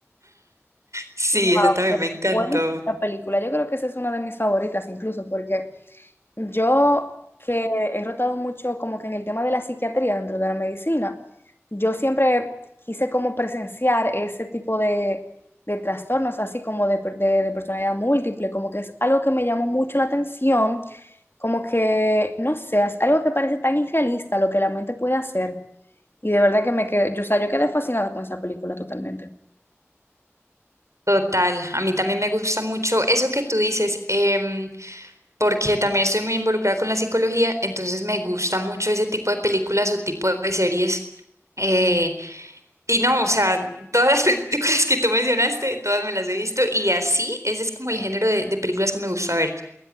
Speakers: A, on the right (about 85°); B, on the left (about 50°).
A: Sí,
B: Wow,
A: esa también
B: qué
A: me encantó.
B: buena es esta película. Yo creo que esa es una de mis favoritas incluso, porque yo que he rotado mucho como que en el tema de la psiquiatría dentro de la medicina, yo siempre quise como presenciar ese tipo de, de trastornos, así como de, per- de de personalidad múltiple, como que es algo que me llamó mucho la atención, como que, no sé, es algo que parece tan irrealista lo que la mente puede hacer. Y de verdad que me quedé, yo, o sea, yo quedé fascinada con esa película totalmente.
A: Total, a mí también me gusta mucho eso que tú dices. em, porque también estoy muy involucrada con la psicología, entonces me gusta mucho ese tipo de películas o tipo de series. Eh, y no, o sea, todas las <laughs> películas que tú mencionaste, todas me las he visto y así, ese es como el género de, de películas que me gusta ver.